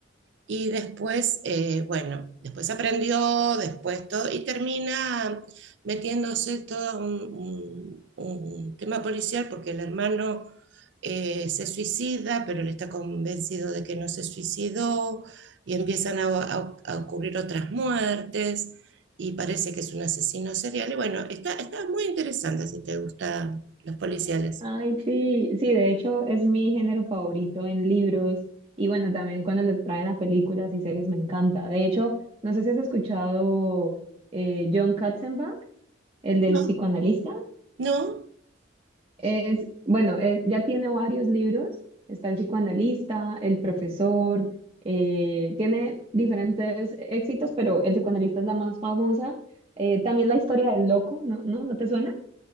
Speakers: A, on the right; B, on the right.
A: y después, eh, bueno, después aprendió, después todo, y termina metiéndose todo un, un- un tema policial porque el hermano eh, se suicida, pero él está convencido de que no se suicidó, y empiezan a, a- a ocurrir otras muertes, y parece que es un asesino serial. Y bueno, está, está muy interesante si te gustan los policiales.
B: Ay, sí, sí, de hecho es mi género favorito en libros y bueno, también cuando lo traen a películas y series me encanta. De hecho, no sé si has escuchado eh, John Katzenbach, el del
A: No,
B: psicoanalista.
A: no,
B: Es, bueno, es- ya tiene varios libros. Está el psicoanalista, el profesor, eh, tiene diferentes éxitos, pero el psicoanalista es la más famosa. Eh, también la historia del loco, ¿no? ¿No? ¿No te suena?